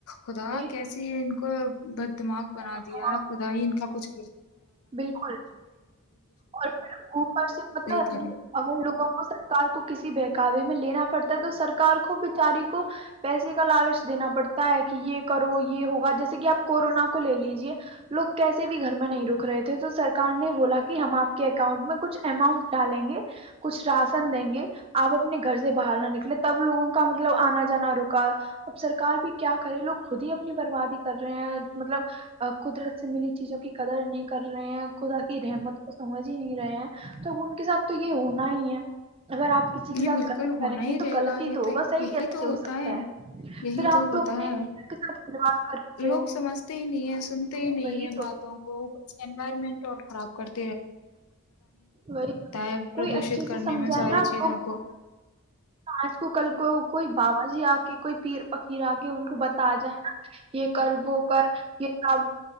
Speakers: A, on the left; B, on the right.
A: خدا
B: وہی
A: کیسی ان کو بچ دماغ بنا
B: ہاں
A: دیا خدا ہی ان کا کچھ
B: بالکل اور پھر اوپر سے پتہ ہے
A: جی
B: ہمیں
A: <inaudible>
B: اگر لوگوں کو سرکار کو کسی بہکاوے میں لینا پڑتا ہے تو سرار کو بچاری کو پیسے کا لالچ دینا پڑتا ہے کہ یہ کرو یہ ہوگا جیسے کہ آپ کورونا کو لے لیجے لوگ کیسے بھی گھر میں نہیں رک رہے تھے تو سرک نے بولا کہ ہم آپ کے اکاؤنٹ میں کچھ اماؤنٹ ڈالیں گے کچھ راشن دیں گے آپ اپنے گھر سے باہر نہ نکلے تب لوگوں کا مطلب آنا جانا رکا اب سرک بھی کیا کرے لوگ خود ہی اپنی بربادی کر رہے ہیں مطلب قدرت سے ملی چیزوں کی قدر نہیں کر رہے ہیں خدا کی رحمت کو سمج ہی نہیں رہے ہیں تب ان کے ساتھ تو یہ ہونا ہی ہے اگر آپ کسی کے
A: یہ
B: ساتھ
A: بالکل
B: غلط
A: ہونا
B: کریں
A: ہی
B: گے تو
A: رہے
B: غلط
A: گا
B: ہی
A: یہ
B: تو ہوگا صحیح
A: یہی
B: کیسے
A: تو ہوتا
B: ہو سکتا ہے
A: یہی
B: پھر آپ تو
A: ہوتا
B: اپنے
A: ہے
B: کے ساتھ کلو کر رہے
A: لوگ
B: ہو
A: سمجھتے ہی نہیں ہے سنتے ہی نہیں
B: وہی
A: ہیں
B: تو
A: باتوں کو کچھ انوائرمنٹ اور خراب کرتا
B: وہی
A: ہے پردوشت
B: کوئی اچھے
A: کرنے
B: سے سمجھائے
A: میں ساری
B: نا
A: چیزوں
B: وہ
A: کو
B: آج کو کل کو کوئی بابا جی آ کے کوئی پیر پکیر آ کے ان کو بتا جائے نا یہ کر وہو کر یہاب